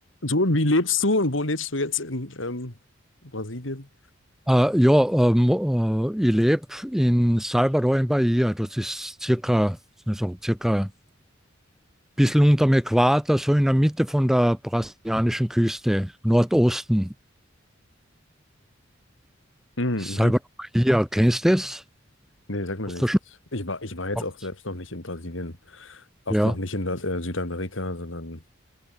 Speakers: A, on the left (about 75°); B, in the centre.
A: So, wie lebst du und wo lebst du jetzt in ähm, Brasilien?
B: Äh, ja, ähm, äh, ich lebe in Salvador in Bahia. Das ist circa, also circa ein bisschen unter dem Äquator, so in der Mitte von der brasilianischen Küste, Nordosten.
A: Mhm.
B: Salvador
A: mhm.
B: Bahia, kennst du das?
A: Nee, sag mal
B: Hast
A: nichts.
B: du schon
A: Ich war, ich war jetzt
B: gehört?
A: auch selbst noch nicht in Brasilien, auch
B: Ja.
A: noch nicht in das, äh, Südamerika, sondern